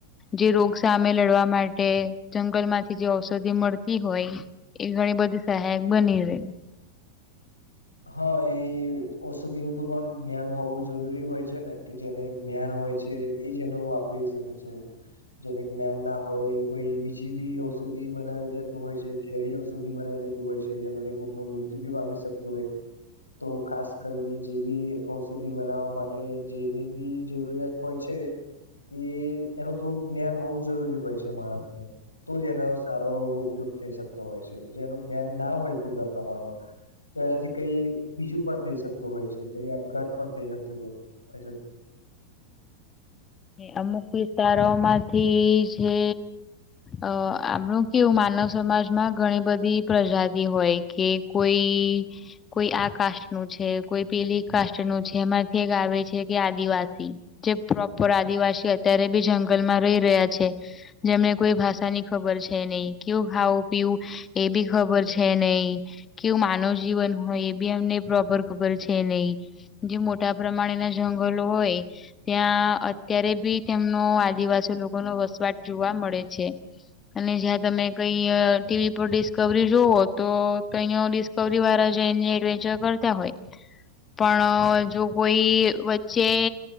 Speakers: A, on the left; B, on the left.
A: જે રોગ સામે લડવા માટે જંગલ માંથી જે ઔષધિ મળતી હોય એ ઘણી બધી સહાયક બની રહે.
B: હા એ ઔષધિ ન તો પણ જ્ઞાન હોવું જરૂરી હોય છે ને કે જેને જ્ઞાન હોય છે એજ એનો વાપરી શકે છે જેને જ્ઞાન ના હોય કોઈ બી જીવી ઔષધિ બનાવી દેતું હોય છે ધૈર્યસ ઔષધી બનાવી દેતું હોય છે જેમાંથી કોઈકનું મૃત્યુ બી પામી શકતું હોય. તો ખાસ કરીને જે બી ઔષધિ બનાવવા માટે જેની બી જરૂરિયાત હોય છે એ એનું થોડુંક જ્ઞાન હોવું જરૂરી હોય છે માણસને તો જ એનો સારો એવો ઉપયોગ થઈ શકતો હોય છે જે એનું જ્ઞાન ના હોય પૂરતા પ્રમાણમાં તો એનાથી કઈ બીજું પણ થઈ શકતું હોય છે કઈ આપઘાત પણ થઈ શકતું હોય હજુ
A: અમુક વિસ્તારો માંથી જે અ આમણું કેવું માનવ સમાજમાં ઘણી બધી પ્રજાતિ હોય કે કોઈ કોઈ આ કાસ્ટ નું છે કોઈ પેલી કાસ્ટ નું છે એમાંથી એક આવે છે જે કે આદિવાસી જે પ્રોપર આદિવાસી અત્યારે બી જંગલમાં રહી રહ્યા છે જેમને કોઈ ભાષા ની ખબર છે નહી કેવું ખાવુ પીવું એ બી ખબર છે નહી કેવું માનવ જીવન હોય એ બી એમને પ્રોપર ખબર છે નહી જે મોટા પ્રમાણેના જંગલો હોય ત્યાં અત્યારે બી તેમનો આદિવાસી લોકો નો વસવાટ જોવા મળે છે. અને જ્યાં તમે કઈ અ ટીવી પર ડિસ્કવરી જોવો તો તહીય ડિસ્ક કવરી વાળા જઈને એડવેન્ચર કરતા હોય પણ જો કોઈ વચ્ચે